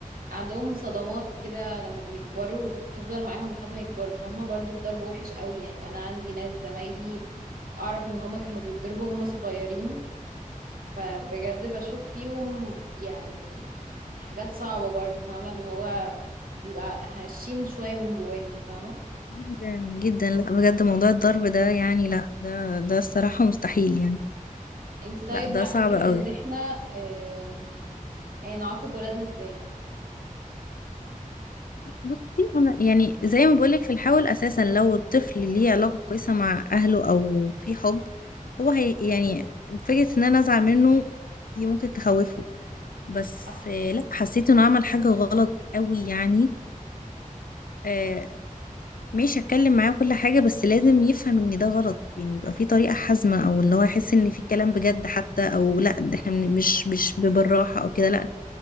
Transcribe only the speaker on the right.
عندهم صدمات كده لما بيكبروا بتفضل معاهم لحد ما يكبروا فاهمة برضو الضرب وحش قوي يعني أنا عندي ناس زمايلي أعرف إن هما كانوا بيتضربوا هما صغيرين فبجد بشوف فيهم يعني حاجات صعبة برضو فاهمة اللي هو بيبقى هشين شوية من جواهم فاهمة
انتي طيب
مع
فكرة
ان احنا آم، يعني نعاقب ولادنا ازاي
صح